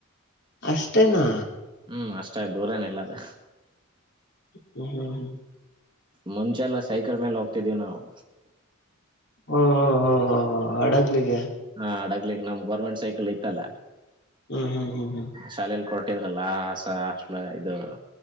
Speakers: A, on the left (about 55°); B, on the right (about 20°).
A: ಅಷ್ಟೇನಾ
B: ಹ್ಮ್ ಅಷ್ಟ ದೂರೇನು ಇಲ್ಲ ಅದು.
A: ಹ್ಮ ಹ್ಮ್
B: ಮುಂಚೆಲ್ಲ ಸೈಕಲ್ ಮೇಲೆ ಹೋಗ್ತಿದೀವಿ ನಾವು.
A: ಹ ಹ್ ಹ್ ಹ ಹ್ ಅಡಗ್ಲಿಗೆ
B: ಹಾ ಅಡಗ್ಲಿಗ್ ನಮ್ ಗೌರ್ಮೆಂಟ್ ಸೈಕಲ್ ಇತ್ತಲ್ಲ.
A: ಹ್ಮ್ ಹ್ಮ್ ಹ್ಮ್ ಹ್ಮ್
B: ಶಾಲೆಲಿ ಕೊರಟ್ಟಿದ್ರಲ್ಲ <unintelligible> ಇದು